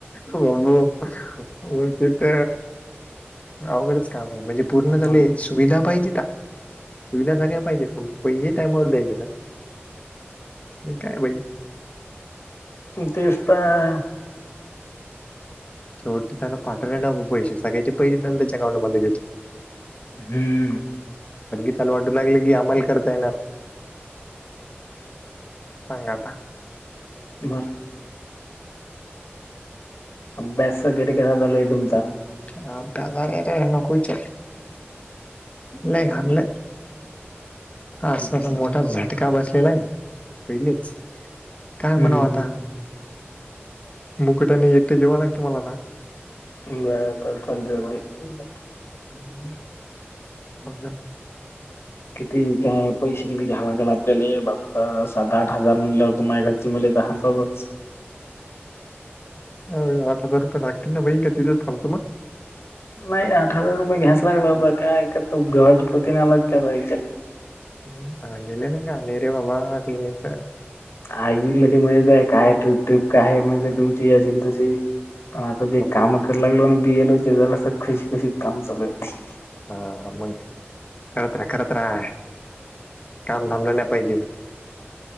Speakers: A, on the left; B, on the left.
A: ब्बू हो तिथ अवघडच काम आहे म्हणजे पूर्ण झाले
B: हम्म,
A: सुविधा पाहिजे सुविधा सगळ्या पाहिजेत पैसे टामावर द्यायचे ना. हे काय बाई?
B: तेच तर
A: शेवटी त्यांना पाठवण्या पैसे सगळयचे पैसे त्यांना त्याच्या अकाउं बेतात.
B: हम्म.
A: आणणकीी चाला वाटू लागलं की आम्हाला करता येणार. सांग आता
B: बस. अभ्यास वगैरे कसा झालोय तुमचा?
A: अ ब्याजर नकच नाही घानले. असं
B: हम्म
A: असा मोठा झटका बसलेला आहे पहिलेच काय
B: हम्म
A: म्हणाव आता मुकुटाने एकटे जेवा लागते मला आता
B: ब ब लदी चलदी
A: ह मजे
B: किती काय? पैसे त घ्यावागेला आपल्याला बा सात आठ हजार म्हणलेवरत माझ्या घरचे म तरतातच
A: अ आठ हजार रुपये लागतील ना बाई का तिथेच थांलतो मग
B: नाही आठ हजार रुपये घ्यास लागला होता काय कर तो गव्हाच्या पोती नाही आला त्याच्या
A: हम् आले ना काने रे बाबा तने तर
B: आईली म काय टप ट्र्रीप काय म्हणज तुमची असेल तशी पण आता ते
A: बाप-
B: काम करू लागलो ना बिएल होचे ज असं खुशीखुशीत काम चालू आहे.
A: हा माहि करत राहा करत राहा काम थांबलं नाही पाहिजे.